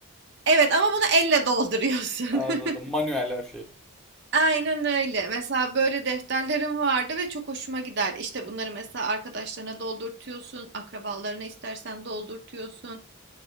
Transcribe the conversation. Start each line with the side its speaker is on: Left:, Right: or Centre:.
Right: Evet ama bunu elle dolduruyorsun.
Centre: Anladım.
Right: <laughs>
Centre: Manuel her şey.
Right: Aynen öyle. Mesela böyle defterlerim vardı ve çok hoşuma gider. İşte bunları mesela arkadaşlarına doldurtuyorsun, akrabalarına istersen doldurtuyorsun.